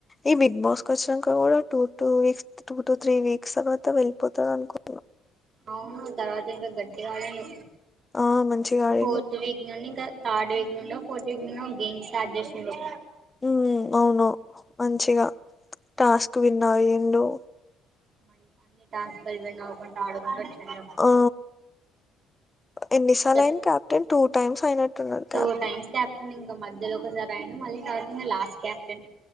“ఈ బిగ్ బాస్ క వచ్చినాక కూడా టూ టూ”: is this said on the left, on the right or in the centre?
Left